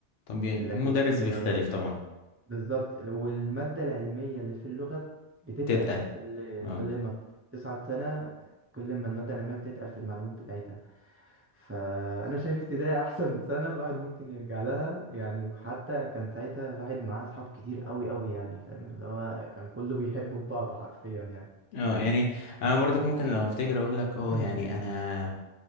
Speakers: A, on the left; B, on the right.
A: طبيعي
B: لكن
A: المدرس
B: آه،
A: بيختلف طبعا
B: بالظبط والمادة العلمية اللي في اللغة بتتقل
A: تتقل
B: كل
A: اه
B: كل ما تصعد سنة كل ما المادة العلمية بتتقل في المعلومات بتاعتها فانا شايف ابتدائي احسن <laughs> سنه الواحد ممكن يرجع لها يعني وحتى كان ساعتها الواحد معاه اصحاب كتير قوي قوي يعني فاهم اللي هو كان كله بيحبه في بعضه حرفيا يعني
A: اه يعني انا برضك ممكن لو افتكر اقول لك اه
B: <coughs>
A: يعني انا